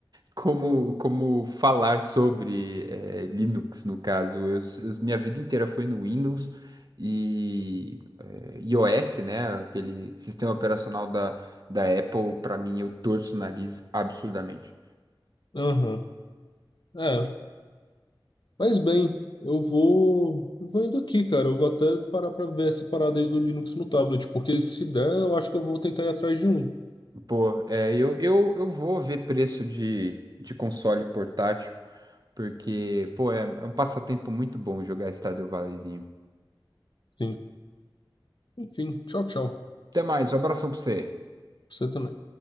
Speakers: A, on the right (about 50°); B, on the left (about 65°).
A: como, como falar sobre eh, Linux, no caso. Eu, s- eu- minha vida inteira foi no Windows e eh, iOS, né? Aquele sistema operacional da, da Apple, para mim, eu torço o nariz absurdamente.
B: Aham. É. Mas bem, eu vou. eu Vou indo aqui, cara. Eu vou até parar pra ver essa parada aí do Linux no tablet, porque se der, eu acho que eu vou tentar ir atrás de um.
A: Pô, é, eu, eu, eu vou ver preço de, de console portátil, porque, pô, é, é um passatempo muito bom jogar Stardew Valleyzinho.
B: Sim. Enfim, tchau, tchau.
A: Até mais, um abração pra você.
B: Você também.